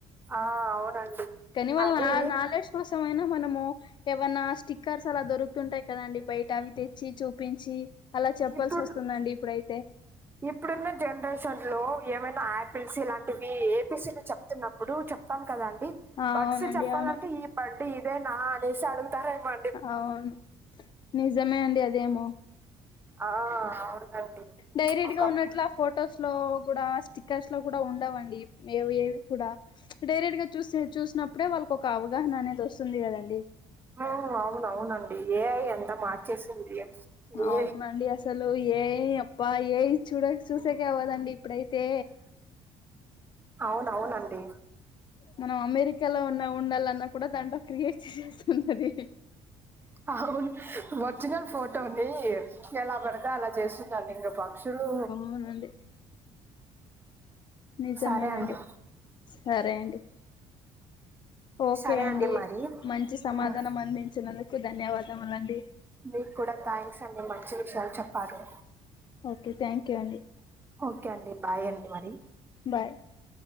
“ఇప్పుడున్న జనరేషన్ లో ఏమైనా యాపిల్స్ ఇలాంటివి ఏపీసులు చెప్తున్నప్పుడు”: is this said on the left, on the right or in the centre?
Right